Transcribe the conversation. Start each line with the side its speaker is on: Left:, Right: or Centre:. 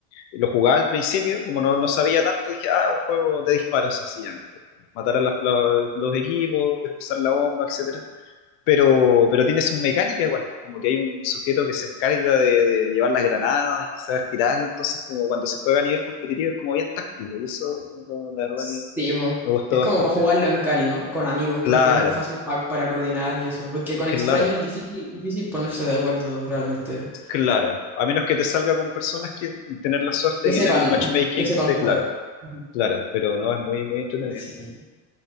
Left: Lo jugaba al principio, como no, no sabía tanto, dije, ah, un juego de disparos sencillamente. Matar a los, los, los equipos, desposar la bomba, etcétera. Pero, pero tiene sus mecánicas igual, pues como que hay un sujeto que se encarga de, de llevar las granadas, hay que saber tirarlas, entonces como cuando se juega a nivel competitivo es como bien táctico, y eso lo- la verdad
Centre: Sí,
Left: que
Centre: po.
Left: me gustó
Centre: Es
Left: bastante.
Centre: como para jugarlo en cal, ¿no? Con amigos,
Left: Claro,
Centre: porque es más fácil pa- para coordinar y eso. Porque
Left: es
Centre: con
Left: que
Centre: extraños
Left: claro.
Centre: difícil, difícil ponerse de acuerdo realmente.
Left: es Claro, a menos que te salga con personas que tener la suerte
Centre: Que
Left: que
Centre: sepan,
Left: en el matchmaking
Centre: que sepan
Left: te
Centre: jugar.
Left: claro,
Centre: Ujú.
Left: claro, pero no es muy muy entretenido.
Centre: Sí.